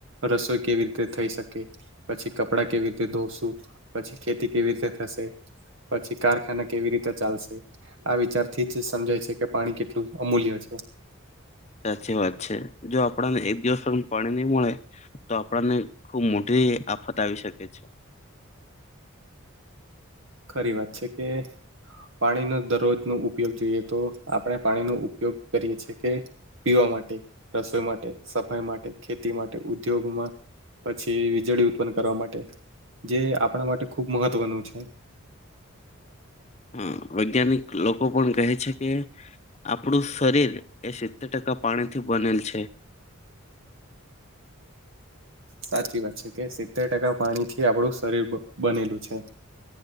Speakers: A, on the right; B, on the left.
A: રસોઈ કેવી રીતે થઈ શકે? પછી કપડાં કેવી રીતે ધોશું, પછી ખેતી કેવી રીતે થશે પછી કારખાના કેવી રીતે ચાલશે આ વિચારથી જ સમજાય છે કે પાણી કેટલું અમૂલ્ય છે.
B: સાચી વાત છે. જો આપણાને એક દિવસ પાણી નહી મળે તો આપણાને ખુબ મોટી આફત આવી શકે છે.
A: ખરી વાત છે કે પાણીનો દરરોજ નો ઉપયોગ જોઈએ તો આપણે પાણીનો ઉપયોગ કરીએ છીએ કે પીવા માટે, રસોઈ માટે, સફાઈ માટે, ખેતી માટે, ઉદ્યોગમાં પછી વીજળી ઉત્પન્ન કરવા માટે જે આપણા માટે ખૂબ મહત્વનું છે. <inaudible>
B: હા. વૈજ્ઞાનિક લોકો પણ કહે છે કે આપણું શરીર એ સિત્તેર ટકા પાણી થી બનેલ છે.
A: સાચી વાત છે, કે સિત્તેર ટકા પાણી થી આપડું શરીર બનેલું છે.